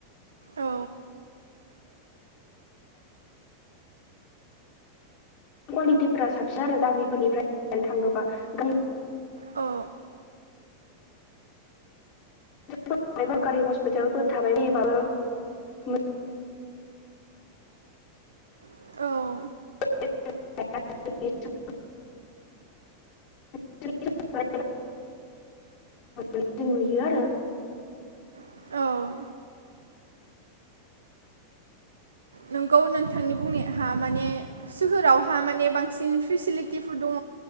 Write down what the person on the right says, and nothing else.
औ
औ
औ
औ औ नोंगौ नोंथांनि बुंनायहा माने सोहोरावहा माने बांसिन फेसिलिटिफोर दङ